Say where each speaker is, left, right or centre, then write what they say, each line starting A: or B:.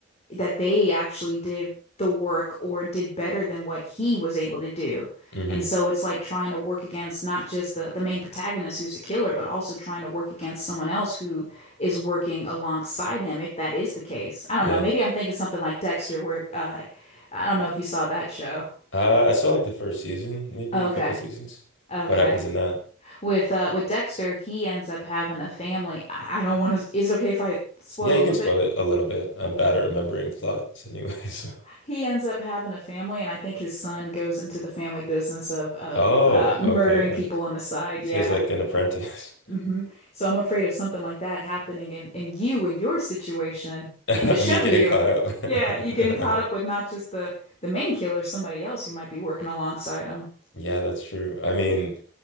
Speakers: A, on the left; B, on the left.
A: that they actually did the work or did better than what he was able to do.
B: hmm
A: And so it's like trying to work against not just the, the main protagonist who's the killer, but also trying to work against someone else who is working alongside him, if that is the case. I don't
B: yeah.
A: know. Maybe I'm thinking something like Dexter, where uh, I don't know if you saw that show.
B: Uh, I saw like the first season, maybe
A: Oh,
B: a
A: Okay.
B: couple seasons.
A: Okay.
B: What happens in that?
A: With uh with Dexter, he ends up having a family. I, I don't want to. Is it okay if I spoil
B: Yeah, you
A: a little
B: can spoil
A: bit?
B: it a little bit. I'm bad at remembering plots anyways. <laughs>
A: He ends up having a family, and I think his son goes into the family business of of
B: Oh,
A: uh, murdering
B: okay.
A: people on the side.
B: She
A: Yeah.
B: has like an apprentice.
A: hmm So I'm afraid of something like that happening in in you in your situation
B: <laughs>
A: in the show
B: Me getting
A: you.
B: caught up.
A: Yeah, you getting caught up with
B: <laughs>
A: not just the the main killer, somebody else you might be working alongside him.
B: Yeah, that's true. I mean,